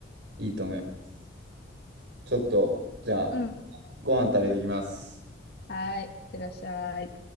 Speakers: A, on the right (about 70°); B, on the left (about 60°).
A: いいと思います。ちょっと、じゃあ、
B: うん。
A: ご飯食べてきます。
B: はい。いってらっしゃい。